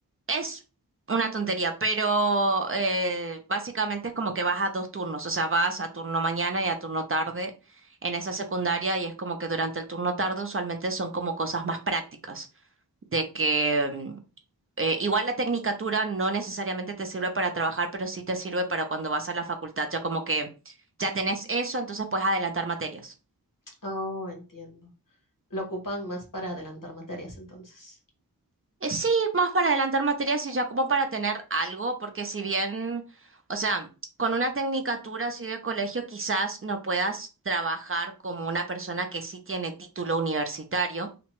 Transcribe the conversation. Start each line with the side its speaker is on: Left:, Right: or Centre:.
Right: es una tontería, pero eh, básicamente es como que vas a dos turnos, o sea, vas a turno mañana y a turno tarde en esa secundaria y es como que durante el turno tarde usualmente son como cosas más prácticas, de que mm, eh, igual la tecnicatura no necesariamente te sirve para trabajar, pero sí te sirve para cuando vas a la facultad, ya como que ya tenés eso, entonces puedes adelantar materias.
Left: Oh, entiendo. Lo ocupan más para adelantar materias entonces.
Right: Eh, Sí, más para adelantar materias y ya como para tener algo, porque si bien, o sea, con una tecnicatura así de colegio quizás no puedas trabajar como una persona que sí tiene título universitario,